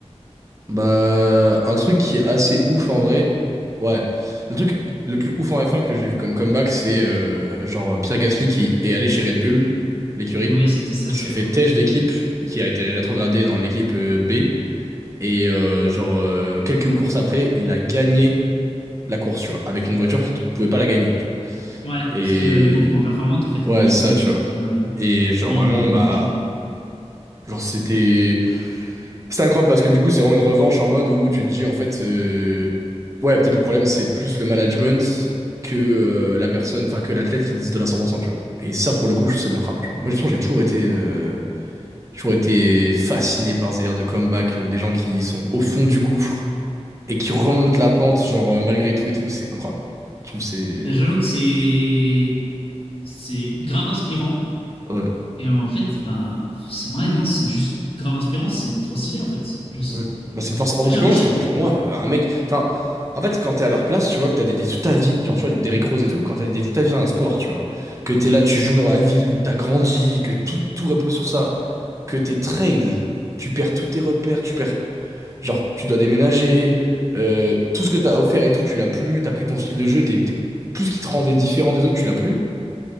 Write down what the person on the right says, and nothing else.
bah, un truc qui est assez ouf en vrai. Ouais. Le truc le plus ouf en F1 que j'ai vu comme comeback, c'est euh, genre Pierre Gasly qui est allé chez Red Bull, l'écurie,
qui
s'est fait
têche d'équipe, qui a été rétrogradé dans l'équipe euh, B. Et euh, genre, euh, quelques courses après, il a gagné la course, tu vois, avec une voiture qui ne pouvait pas la gagner, tu vois.
Et
ouais,
ça,
tu
vois.
Et genre
vraiment,
bah,
genre c'était c'était incroyable parce que du coup, c'est vraiment une revanche en mode où tu te dis en fait, euh, ouais, peut-être le problème c'est plus le management que euh, la personne, enfin que l'athlète qui se donne à 100%, tu vois. Et ça, pour le coup, je- c'est de la frappe, tu vois. Moi, de toute façon, j'ai toujours été, euh, j'ai toujours été fasciné par ce délire de comeback, euh, des gens qui sont au fond du gouffre et qui remontent la pente, genre euh, malgré tout et tout, c'est incroyable. Je trouve que c'est
ouais.
Mm. Bah, c'est une force
hors
du commun
parce que
pour moi, euh, un mec. Enfin, en fait, quand t'es à leur place, tu vois, que t'as dédié toute ta vie, genre tu vois, le Derrick Rose et tout, quand t'as dédié toute ta vie à un sport, tu vois, que t'es là, tu joues dans la ville où t'as grandi, que tout, tout repose sur ça, que t'es trade, tu perds tous tes repères, tu perds. Genre, tu dois déménager, euh, tout ce que t'as offert et tout, tu l'as plus, t'as plus ton style de jeu, t'es, t'es- tout ce qui te rendait différent des autres, tu l'as plus,